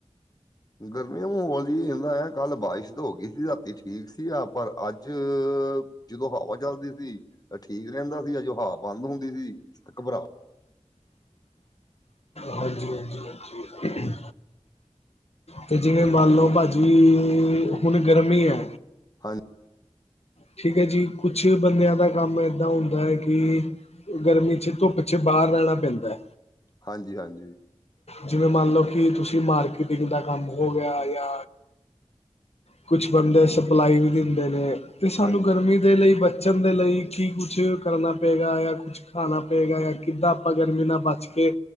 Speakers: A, on the left; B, on the left.
A: ਗਰਮੀ <unintelligible> <unintelligible> ਆ ਕੱਲ ਬਾਰਿਸ਼ ਹੋ ਗਈ ਸੀ ਰਾਤੀ ਠੀਕ ਸੀ ਆ ਪਰ ਅੱਜ ਜਦੋਂ ਹਵਾ ਚਲਦੀ ਸੀ ਠੀਕ ਰਹਿੰਦਾ ਸੀ ਜਾਂ ਜੋ ਹਵਾ ਬੰਦ ਹੁੰਦੀ ਸੀ ਘਬਰਾ
B: ਹਾਂਜੀ ਹਾਂਜੀ, ਤੇ ਜਿਵੇਂ ਮੰਨ ਲਓ ਭਾਜੀ ਹੁਣ ਗਰਮੀ ਆ।
A: ਹਾਂਜੀ,
B: ਠੀਕ ਐ ਜੀ ਕੁਛ ਬੰਦਿਆਂ ਦਾ ਕੰਮ ਇੱਦਾਂ ਹੁੰਦਾ ਕਿ ਗਰਮੀ ਚ ਧੁੱਪ ਚ ਬਾਹਰ ਰਹਿਣਾ ਪੈਂਦਾ।
A: ਹਾਂਜੀ-ਹਾਂਜੀ,
B: ਜਿਵੇਂ ਮੰਨ ਲਓ ਕਿ ਤੁਸੀਂ ਮਾਰਕੀਟਿੰਗ ਦਾ ਕੰਮ ਹੋ ਗਿਆ। ਕੁਛ ਬੰਦੇ ਸਪਲਾਈ ਵੀ ਦਿੰਦੇ ਨੇ। ਤੇ ਸਾਨੂੰ
A: ਹਾਂਜੀ
B: ਗਰਮੀ ਦੇ ਲਈ ਬੱਚਣ ਦੇ ਲਈ ਕੀ ਕੁਛ ਕਰਨਾ ਪਏਗਾ ਜਾਂ ਕੁ ਖਾਣਾ ਪਏਗਾ ਜਾਂ ਕਿੱਦਾਂ ਆਪਾਂ ਗਰਮੀ ਨਾਲ ਬਚ ਕੇ